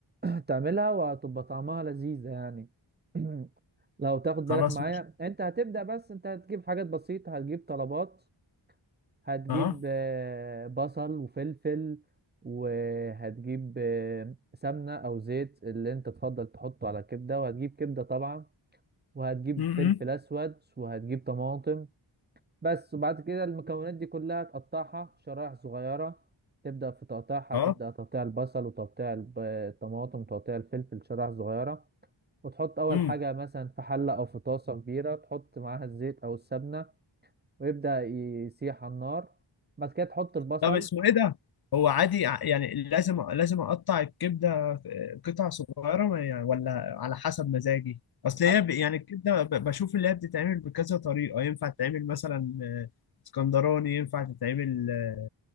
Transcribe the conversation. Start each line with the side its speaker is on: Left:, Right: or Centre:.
Right: <clears throat> تعملها وهتبقى طعمها لذيذه يعني <clears throat> لو تاخد
Left: خلاص
Right: بالك معايا
Left: مش
Right: انت هتبدا بس انت هتجيب حاجات بسيطه هتجيب طلبات هتجيب
Left: اه
Right: آه، بصل وفلفل وهتجيب آه، سمنة أو زيت اللي أنت تفضل تحطه على الكبدة وهتجيب كبدة طبعا وهتجيب
Left: م- م.
Right: فلفل أسود وهتجيب طماطم بس وبعد كده المكونات دي كلها تقطعها شرائح صغيرة تبدأ في تقطيعها
Left: اه
Right: تبدأ تقطيع البصل وتقطيع الب- الطماطم وتقطيع الفلفل شرائح صغيرة وتحط أول
Left: م.
Right: حاجة مثلا في حلة أو في طاسة كبيرة تحط معاها الزيت أو السمنة ويبدأ يسيح على النار بعد كده تحط البصل
Left: طب اسمه ايه ده؟ هو عادي ع- يعني لازم لازم اقطع الكبده في- قطع صغيره ما- يعني ولا على حسب مزاجي اصل
Right: على
Left: هي ب- يعني الكبده ب- بشوف اللي هي بتتعمل بكذا طريقه ينفع تتعمل مثلا آه، اسكندراني ينفع تتعمل آه،